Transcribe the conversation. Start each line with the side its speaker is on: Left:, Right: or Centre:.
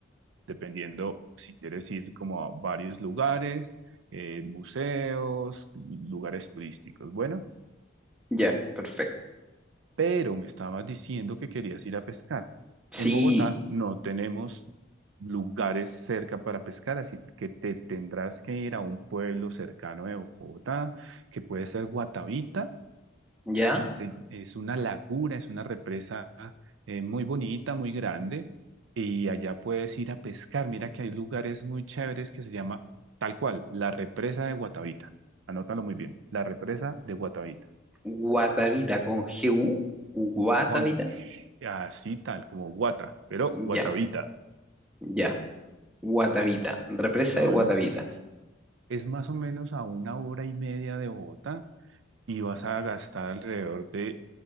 Right: dependiendo si quieres ir como a varios lugares, eh, museos, lugares turísticos. Bueno.
Centre: Ya, perfecto.
Right: Pero me estabas diciendo que querías ir a pescar.
Centre: Sí,
Right: En Bogotá no tenemos lugares cerca para pescar, así que te tendrás que ir a un pueblo cercano de Bogotá, que puede ser Guatavita.
Centre: ya.
Right: Se- Es una laguna, es una represa eh, muy bonita, muy grande, y allá puedes ir a pescar. Mira que hay lugares muy chéveres que se llama tal cual, la represa de Guatavita. Anótalo muy bien, la represa de Guatavita.
Centre: Guatavita con GU. Guatavita.
Right: Con así tal, como Guata, pero
Centre: Ya,
Right: Guatavita.
Centre: ya. Guatavita. Represa
Right: Entonces,
Centre: de Guatavita.
Right: es más o menos a una hora y media de Bogotá y vas a gastar alrededor de